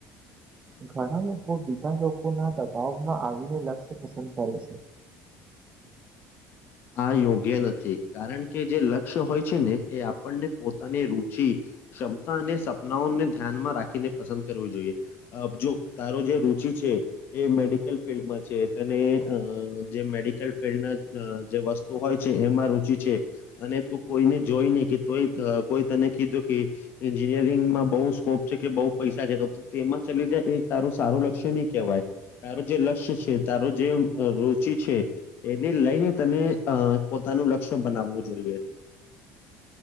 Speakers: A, on the right; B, on the left.
A: ઘણા લોકો બીજા લોકો ના દબાવમાં આવીને લક્ષ્ય પસંદ કરે છે
B: આ યોગ્ય નથી કારણ કે જે લક્ષ્ય હોય છે ને એ આપણને પોતાની રુચિ ક્ષમતા અને સપનાઓને ધ્યાનમાં રાખીને પસંદ કરવું જોઈએ આપજો તારો જે રુચિ છે એ મેડિકલ ફિલ્ડમાં છે તને અ જે મેડિકલ ફિલ્ડના જે વસ્તુ હોય છે એમાં રુચિ છે અને તું કોઈને જોઈ નને કેય કોઈ તને કીધું કે એન્જિનિયરિંગમાં બઉુ સ્કોપ છે કે બઉુ પૈસા છે તો તેમાં ચલી જાય એ તારું સારું લક્ષ્ય નહી કહેવાય તારો જે લક્ષ્ય છે તારો જે રુચિ છે એને લઈને તને અ પોતાનું લક્ષ્ય બનાવવું જોઈએ